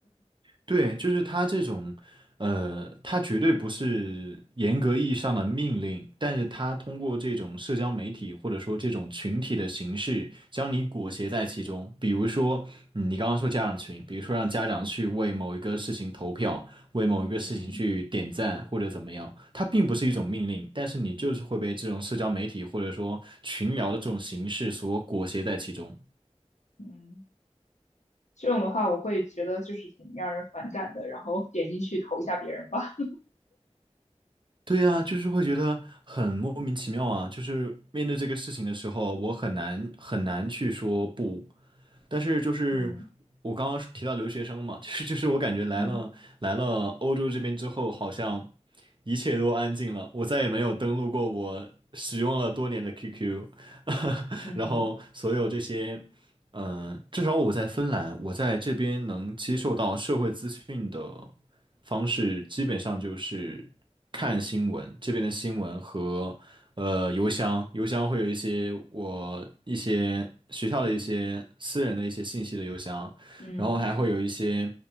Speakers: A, on the right; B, on the left.
A: 对，就是他这种，呃，他绝对不是严格意义上的命令，但是他通过这种社交媒体或者说这种群体的形式，将你裹挟在其中。比如说，嗯你刚刚说家长群，比如说让家长去为某一个事情投票，为某一个事情去点赞或者怎么样，
B: 嗯
A: 它并不是一种命令，但是你就是会被这种社交媒体或者说群聊的这种形式所裹挟在其中。
B: 嗯，这种的话，我会觉得就是挺让人反感的，然后点进去投一下别人吧，
A: 对呀，就是会觉得很莫名其妙啊。就是面对这个事情的时候，我很难很难去说不。但是就是我刚刚提到留学生嘛，
B: <laughs> 嗯
A: <laughs> 就是就是我感觉来了来了欧洲这边之后，
B: 嗯。
A: 好像一切都安静了。我再也没有登录过我使用了多年的 QQ，<laughs>
B: 嗯
A: 然后所有这些。嗯，至少我在芬兰，我在这边能接受到社会资讯的方式，基本上就是看新闻，这边的新闻和呃邮箱，邮箱会有一些我一些学校的一些私人的一些信息的邮箱，
B: 嗯
A: 然后还会有一些